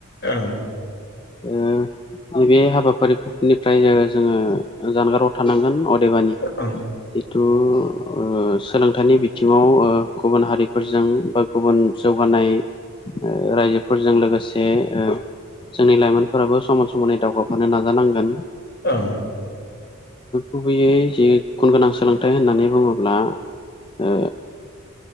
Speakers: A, on the left; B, on the left.
A: ओं
B: ओ नैबे हाबाफारिफोरनिफ्राय जोङो जानगाराव थानांगोन
A: ओं
B: जितु ओ सोलोंथाइनि बिथिङाव गुबुन हारि फोरजों बा गुबुन जौगानाय ओ रायजोफोरजों लोगोसे ओ जोंनि लाइमोनफोराबो समान समानै दावगाफानो नाजानांगोन
A: ओं
B: गुबैयै जि गुन गोनां सोलोंथाइ होननानै बुङोब्ला ओ